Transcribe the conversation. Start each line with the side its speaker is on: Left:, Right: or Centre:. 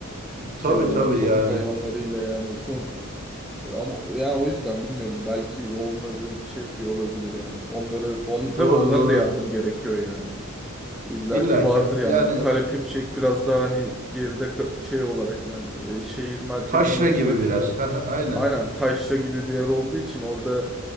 Centre: Şey
Right: Tabii
Centre: olarak
Right: tabii
Centre: sokak
Right: yani.
Centre: hayvanlarıyla yani son ama yani o yüzden bilmiyorum belki onları şey yapıyor olabilir yani. Onları on tabii
Right: Doğru
Centre: onlara
Right: doğru.
Centre: da yardım gerekiyor yani. İlla
Right: İlla
Centre: ki vardır
Right: ki yani
Centre: yani. Karapürçek biraz daha hani geride ka- şey olarak yani e, şehir merkezinden
Right: taşra gibi
Centre: uzak
Right: biraz.
Centre: bir yer.
Right: <laughs> Heh, Aynen.
Centre: Aynen Taşra gibi bir yer olduğu için orada